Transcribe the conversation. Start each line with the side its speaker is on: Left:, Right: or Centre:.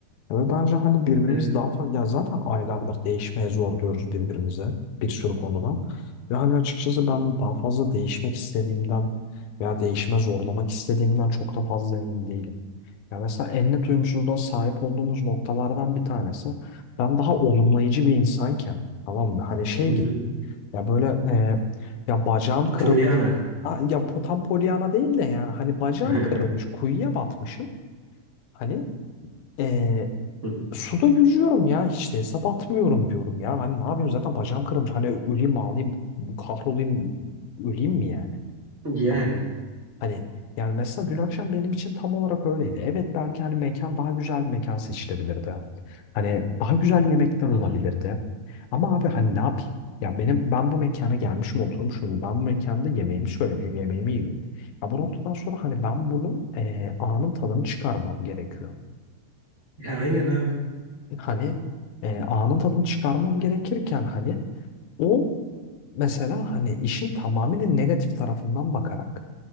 Left: Ve bence hani birbirimizi
Right: Evet.
Left: daha fazla ya zaten aylardır değişmeye zor diyoruz birbirimize bir sürü konuda. Ve hani açıkçası ben daha fazla değişmek istediğimden veya değişime zorlamak istediğimden çok da fazla emin değilim. Ya mesela en net uyumsuzluğa sahip olduğumuz noktalardan bir tanesi ben daha olumlayıcı bir insanken tamam mı? Hani şey
Right: Hı
Left: gibi
Right: hı.
Left: ya böyle e, ya bacağım kırıl
Right: Polyana.
Left: Aa, ya po- tam polyana değil de yani hani bacağım
Right: <laughs> Hı
Left: kırılmış kuyuya batmışım hani ee,
Right: hı.
Left: Suda yüzüyorum ya işte hesap atmıyorum diyorum ya. Hani ne yapayım zaten bacağım kırılmış. Hani öleyim mi ağlayayım kahrolayım öleyim mi yani?
Right: Yani.
Left: Hani, hani yani mesela dün akşam benim için tam olarak öyleydi. Evet belki hani mekan daha güzel bir mekan seçilebilirdi. Hani daha güzel yemekler
Right: Hı
Left: olabilirdi.
Right: hı.
Left: Ama abi hani ne yapayım? Ya benim ben bu mekana gelmişim oturmuşum. Ben bu mekanda yemeğimi söylemişim yemeğimi yiyorum. Ya bu noktadan sonra hani ben bunun eee anın tadını çıkarmam gerekiyor.
Right: Ya aynen abi.
Left: hani e, anın tadını çıkarmam gerekirken hani o mesela hani işin tamamıyla negatif tarafından bakarak